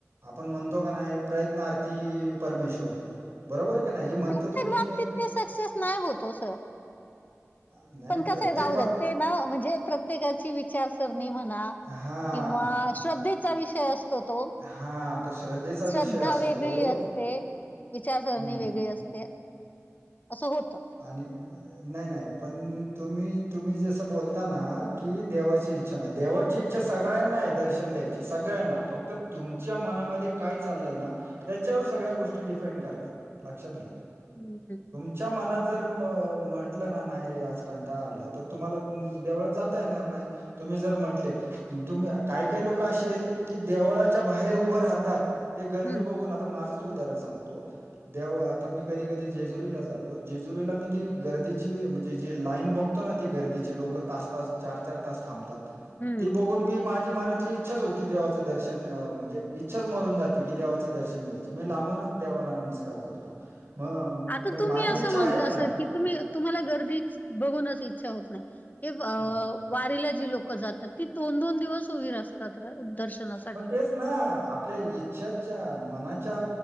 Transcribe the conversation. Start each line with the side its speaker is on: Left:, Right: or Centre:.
Right: आपण म्हणतो क नाय प्रयत्नार्थी परमेश्वर बरोबर क नाय हे म्हणता
Left: प्रत्येक
Right: तुम्ही?
Left: बाबतीत ते सक्सेस नाही होत ओ सर.
Right: नाही,
Left: पण
Right: नाही
Left: कसंय,
Right: प्रत्येक
Left: जाऊ द्यात
Right: बा
Left: ते ना म्हणजे प्रत्येकाची विचारसरणी म्हणा
Right: हां,
Left: किंवा श्रद्धेचा विषय असतो तो,
Right: हां. तो श्रद्धेचा
Left: श्रद्धा
Right: विषय असतो.
Left: वेगळी असते विचारसरणी
Right: हं.
Left: वेगळी असते, असं होत‌
Right: आणि नाय नाय पण तुम्ही तुम्ही जसं बोलता ना की देवाची इ च्छा ना देवाची इच्छा सगळ्यांनाय दर्शन द्यायची सगळ्यांना फक्त तुमच्या मनामध्ये काय चाललंय ना त्याच्यावर सगळ्या गोष्टी डिपेंड करतात, लक्षात घ्या
Left: हम् हं
Right: च्या मनात जर म म्हंटलं ना नाही रे आज कंटाळा आलाय तर तुम्हाला देवळात जाता येणार नाय तुम्ही जर म्हटले तुम्ही काय काय लोकं अशीयत की देवळाच्या बाहेर उभं राहतात ते गर्दी
Left: हं,
Right: बघून आता माझंच उदाहरण सांगतो देव आता मी कधी कधी जेजुरीला जातो जेजुरीला मी ती गर्दीची म्हणजे जी लाईन बघतो ना ती गर्दीची लोक तास तास चार चार तास थांबतात
Left: हं.
Right: ती बघून मी माझी मनातली इ्छाच होती देवाचं दर्शन म्हणजे इच्छाच मरून जाती की देवाचं दर्शन घ्यायची मी लांबूनच देवाला नमस्क् स्कार करतो मग
Left: आता
Right: मग
Left: तुम्ही
Right: माझी
Left: असं
Right: इच्छा
Left: म्हणता
Right: आहे का नाही?
Left: सर की तुम्ही तुम्हाला गर्दी बघूनच इच्छा होत नाय हे अ
Right: हां.
Left: वारीला जी लोकं जातात ती दोन दोन दिवस उभी अस तात्र दर्शनासाठी
Right: मग तेच ना आपल्या इच्छाच्या मनाच्या